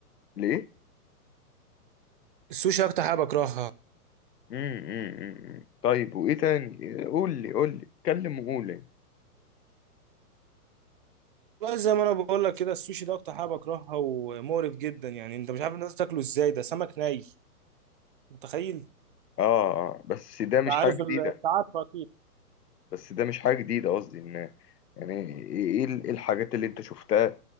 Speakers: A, on the left (about 85°); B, on the right (about 35°).
A: ليه؟
B: السوشي اكتر حاجه بكرهها
A: مم، مم، مم. طيب وإيه تاني؟ قول لي قول لي اتكلم وقول لي
B: والله زي ما انا بقول لك كده السوشي ده اكتر حاجه بكرهها ومقرف جدا يعني انت مش عارف الناس تاكله ازاي ده سمك ني متخيل انت
A: آه آه، بس ده مش
B: عارف
A: حاجة جديدة
B: ال- انت عارفه اكيد
A: بس ده مش حاجة جديدة قصدي إن يعني إيه إيه ال- إيه الحاجات اللي أنت شفتها